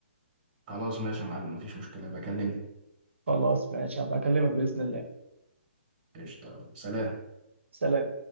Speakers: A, on the right; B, on the right.
A: خلاص ماشي يا معلم مفيش مشكلة بكلمني
B: خلاص ماشي هبقى اكلمك بإذن الله
A: قشطة سلام
B: سلام